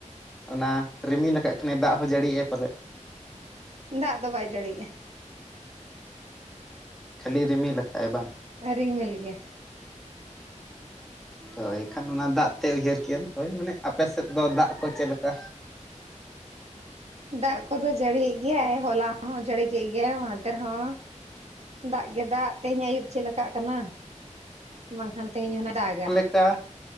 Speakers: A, in the centre; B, on the right (about 55°).
A: ᱚᱱᱟ ᱨᱤᱢᱤᱞ ᱟᱠᱟᱫ ᱠᱷᱟᱱᱮ ᱫᱟᱜ ᱦᱚᱸ ᱡᱟᱹᱲᱤᱭᱜᱼᱟᱭ ᱯᱟᱞᱮᱫ
B: ᱫᱟᱜ ᱫᱚ ᱵᱟᱭ ᱡᱟᱹᱲᱤᱭᱼᱟ
A: ᱠᱷᱟᱹᱞᱤ ᱨᱤᱢᱤᱞ ᱟᱠᱟᱫᱟᱭ ᱵᱟᱝ
B: ᱟᱹ ᱨᱢᱞ ᱜᱮ <inaudible>
A: ᱛᱳ ᱮᱱᱠᱷᱟᱱ ᱚᱱᱟ ᱫᱟᱜ ᱛᱮ ᱩᱭᱦᱟᱹᱨ ᱠᱮᱭᱟ ᱦᱳᱭ ᱢᱟᱱᱮ ᱟᱯᱮ ᱥᱮᱫ ᱫᱚ ᱫᱟᱜ ᱠᱚ ᱪᱮᱫ ᱞᱮᱠᱟ
B: ᱫᱟᱜ ᱠᱚᱫᱚ ᱡᱟᱹᱲᱤᱭᱮᱫ ᱜᱮᱭᱟᱭ ᱦᱚᱞᱟ ᱦᱚᱸ ᱡᱟᱹᱲᱤ ᱠᱮᱫ ᱜᱮᱭᱟᱭ ᱢᱟᱫᱷᱮᱨ ᱦᱚᱸ ᱫᱟᱜ ᱜᱮ ᱫᱟᱜ ᱛᱮᱦᱮᱧ ᱟᱹᱭᱩᱵ ᱪᱮᱫᱞᱮᱠᱟᱜ ᱠᱟᱱᱟ ᱵᱟᱝᱠᱷᱟᱱ ᱛᱮᱦᱮᱧ ᱚᱱᱟ ᱫᱟᱜᱟ
A: ᱚᱱᱠᱟ